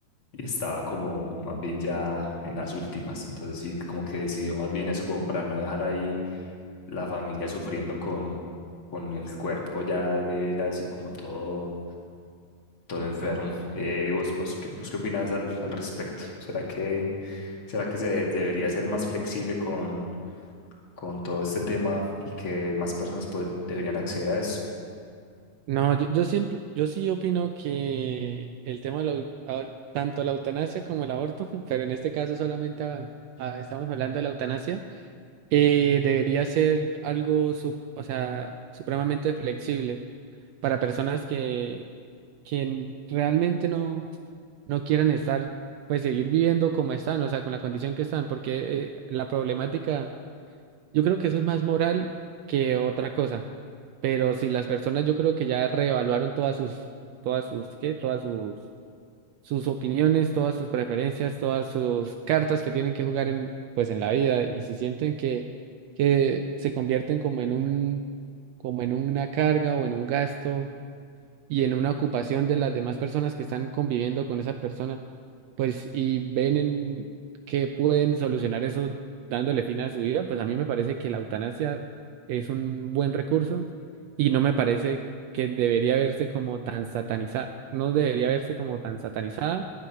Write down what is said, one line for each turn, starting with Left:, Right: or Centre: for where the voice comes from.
Left: y estaba como más bien ya en las últimas. Entonces sí, como que decidió más bien eso como para no dejar ahí la familia sufriendo con, con el cuerpo ya de él, así como todo todo enfermo. Eh, ¿y ¿vos, vos, qué- vos qué opinás al, al respecto? ¿Será que, será que se de- debería ser más flexible con, con todo este tema y que más personas pod- deberían acceder a eso?
Right: No, yo, yo siempre, yo sí opino que el tema de la eu- a- tanto la eutanasia como el aborto, <laughs> pero en este caso solamente a- a- estamos hablando de la eutanasia, eh, debería ser algo, sup- o sea, supremamente flexible para personas que, que realmente no, no quieran estar, pues seguir viviendo como están, o sea, con la condición que están, porque eh, la problemática Yo creo que eso es más moral que otra cosa. Pero si las personas yo creo que ya reevaluaron todas sus, todas sus, ¿qué? Todas sus, sus opiniones, todas sus preferencias, todas sus cartas que tienen que jugar en, pues en la vida. Y si sienten que, que se convierten como en un, como en una carga o en un gasto y en una ocupación de las demás personas que están conviviendo con esa persona, pues y ven en que pueden solucionar eso dándole fin a su vida, pues a mí me parece que la eutanasia es un buen recurso y no me parece que debería verse como tan satanizada, no debería verse como tan satanizada